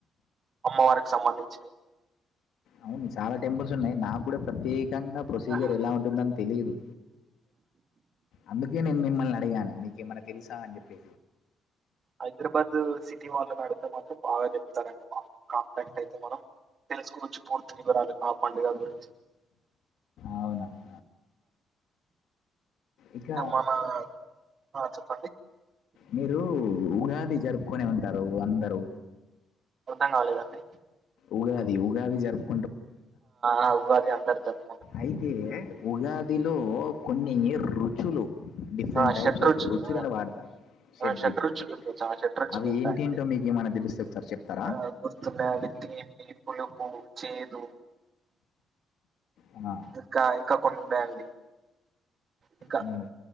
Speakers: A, on the right; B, on the left.
A: అమ్మ వారికి సంబంధించి
B: అవును చాలా టెంపుల్స్ ఉన్నాయి నాకు కూడా ప్రత్యేకంగా ప్రొసీజర్
A: సంబంధించినవి
B: ఎలా ఉంటుందని తెలిదు అందుకే నేను మిమ్మల్ని అడిగాను మీకేమైన్నా తెలుసా అని చెప్పే
A: హైదరాబాద్ సిటీ వాళ్ళు నడితే మాత్రం బాగా చెప్తారండి బ కాంటాక్ట్ అయితే మనం తెలుసుకోవచ్చు పూర్తి వివరాలు ఆ పండుగ గురించి
B: అవునవును ఇక
A: మన ఆ చెప్
B: మీరు ఉగాది జరుపుకొని ఉంటారు అందరూ
A: అర్థం కాలేదండి
B: ఉగాది ఉగాది జరుప్
A: ఆ ఉగాది అందరు జరుపు
B: అయితే ఉగాదిలో కొన్ని రుచులు డిఫరెంట్
A: ఆ
B: టైప్స్
A: షడ్రుచులు
B: ఆఫ్ రుచులను వాడతారు షెడ్
A: ఆ షడ్రుచులు
B: రుచులు
A: ఉంటుంది ఆ షడ్రుచులు
B: అవి
A: ఉంటాయండి
B: ఏంటేంటో మీకు ఏమైనా తెలిస్తే ఒకసారి చెప్తారా
A: ఆ గుర్తున్నాయి అవి తీపి పులుపు ఉప్పు చేదు
B: ఆ,
A: ఇంకా ఇంకా కొన్ని ఉంటాయండి ఇంక
B: అవును